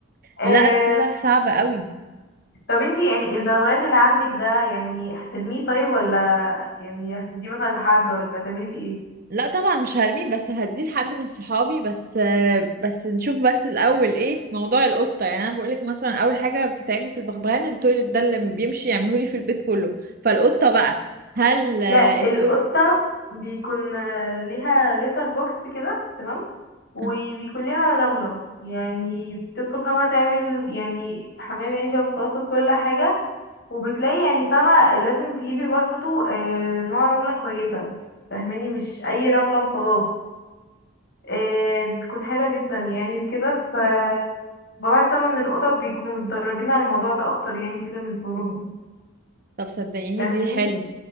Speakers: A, on the left; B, on the right.
A: آه...
B: لا ده طلع صعب قوي
A: طب انتي يعني البغبغان اللي عندك ده يعني هترميه طيب ولا يعني هتديه مثلا لحد ولا تعملي فيه ايه؟
B: لا طبعا مش هرميه بس هديه لحد من صحابي بس بس نشوف بس الاول ايه موضوع القطه يعني انا بقولك مثلا اول حاجه بتتعبني في البغبغان التويلت ده اللي بيمشي يعمله لي في البيت كله فالقطه بقى هل آه،
A: لا
B: التويلت
A: القطة بيكون آه، ليها لتر بوكس كده تمام وبيكون
B: آه،
A: ليها رملة يعني بتدخل فما تعمل يعني حمام يعني كده بتخلص كل حاجة وبتلاقي يعني فاهمة لازم تجيبي برضو آه، نوع رملة كويسة فاهماني مش أي رملة وخلاص آه، بتكون حلوة جدا يعني كده ف بضاعة تمن القطط بيكونوا متدربين على الموضوع ده أكتر يعني كده من صغرهم
B: طب صدقيني
A: فاهماني
B: دي حلو